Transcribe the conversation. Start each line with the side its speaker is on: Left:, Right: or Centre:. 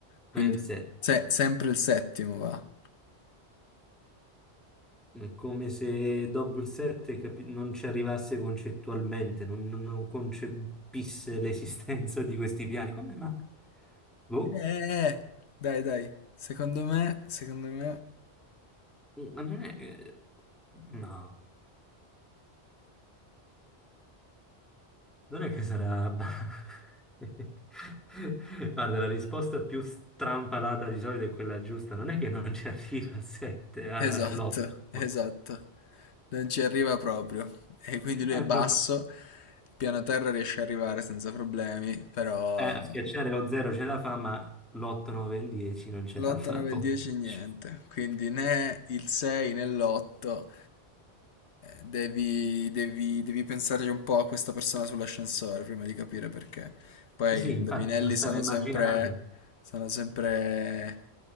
Left: Quindi
Centre: Ma è il settimo.
Left: se- sempre il settimo va.
Centre: È come se Double 7 capi- non ci arrivasse concettualmente, non, non non concepisse l'esistenza di questi piani. Come mai? Boh,
Left: Eh, dai, dai. Secondo me, secondo me...
Centre: ma non è che... No, non è che sarà... <laughs> Guarda, la risposta più strampalata di solito è quella giusta. Non è che non ci arriva al 7, all'8.
Left: Esatto, esatto. Non ci arriva proprio. E
Centre: <laughs>
Left: quindi lui è basso. Piano terra riesce ad arrivare senza problemi, però...
Centre: Eh, a schiacciare lo 0 ce la fa, ma l'8, 9 e il 10 non ce
Left: L'8,
Centre: la fa.
Left: 9
Centre: poveraccio.
Left: e il 10 niente, quindi né il 6 né l'8 devi, devi, devi pensarci un po' a questa persona sull'ascensore prima di capire perché. Poi
Centre: Sì,
Left: i
Centre: infatti,
Left: indovinelli
Centre: lo stavo
Left: sono
Centre: immaginando.
Left: sempre, sono sempre